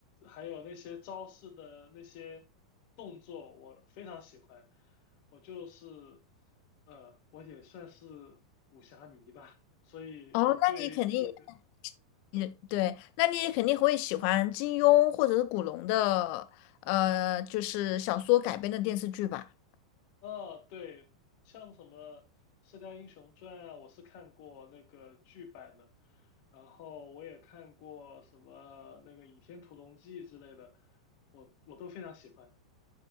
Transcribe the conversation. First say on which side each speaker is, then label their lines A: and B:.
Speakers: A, on the left; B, on the left.
A: 还有那些招式的那些动作，我非常喜欢。我就是呃，我也算是武侠迷吧，所以我对这个。
B: 哦，那你肯定也对，那你也肯定会喜欢金庸或者是古龙的，呃，就是小说改编的电视剧吧？
A: 啊，对，像什么《射雕英雄传》啊，我是看过那个剧版的，然后我也看过什么那个《倚天屠龙记》之类的，我我都非常喜欢。